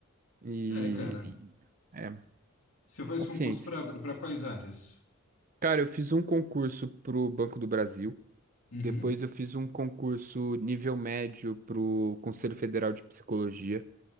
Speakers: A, on the right; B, on the left.
A: E,
B: É, cara.
A: e- é,
B: Você faz
A: paciência.
B: concurso pra, para quais áreas?
A: Cara, eu fiz um concurso pro Banco do Brasil.
B: Uhum.
A: Depois eu fiz um concurso nível médio pro Conselho Federal de Psicologia.